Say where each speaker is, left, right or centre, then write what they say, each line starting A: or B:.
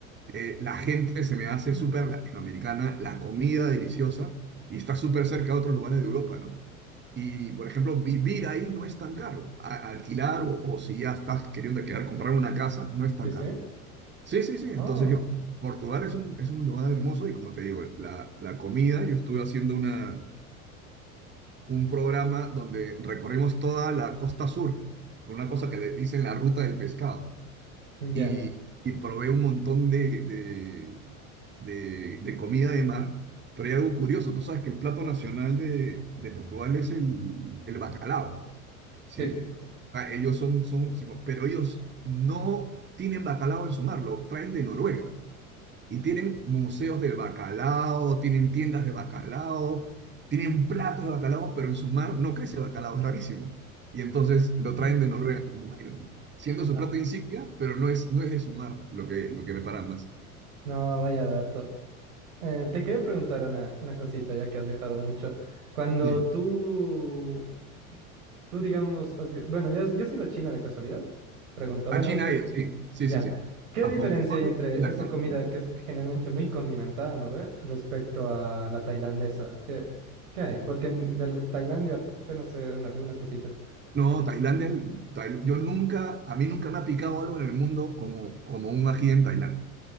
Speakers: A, on the right (about 25°); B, on the right (about 70°).
A: eh, la gente se me hace
B: Mm,
A: súper latinoamericana, la comida deliciosa y está súper cerca de otros lugares de Europa, ¿no? Y, por ejemplo, vivir ahí no es tan caro. A- alquilar o, o si ya estás queriendo quedar, comprar una casa, no es tan
B: Sí, sí.
A: caro. Sí, sí, sí. Entonces
B: Ah,
A: yo, Portugal es un, es un lugar hermoso y como te digo, la, la comida, yo estuve haciendo una, un programa donde recorrimos toda la costa sur, por una cosa que le dicen la ruta del pescado
B: ya.
A: y, y probé un montón de, de, de- de comida de mar. Pero hay algo curioso, tú sabes que el plato nacional de, de Portugal es el, el bacalao, ¿sí?
B: Sí.
A: Ah, Ellos son, son, se co- pero ellos no tienen bacalao en su mar, lo traen de Noruega. Y tienen museos del bacalao, tienen tiendas de bacalao, tienen platos de bacalao, pero en su mar no crece bacalao, es rarísimo. Y entonces lo
B: Mm,
A: traen de Noruega, imagínate. Siendo su
B: ah,
A: plato insignia, pero no es, no es de su mar lo que, lo que preparan más.
B: no, vaya dato. Eh, te quería preguntar una, una cosita, ya que has viajado mucho. Cuando
A: Sí.
B: tú Tú, digamos, has vi- bueno, ¿ya has, ya has ido a China de casualidad? Pregunta, bueno,
A: A China,
B: este-
A: y- sí, sí,
B: ya.
A: sí, sí.
B: ¿Qué
A: A
B: diferencia
A: Hong Kong
B: hay entre
A: y a
B: esa
A: Cancún.
B: comida que es generalmente muy condimentada, ¿no ve? Respecto a la tailandesa. ¿Qué, qué hay? Porque en- de la Tailandia apenas sé una- algunas cositas.
A: No, Tailandia, Tail- yo nunca, a mí nunca me ha picado algo en el mundo como, como un ají en Tailandia,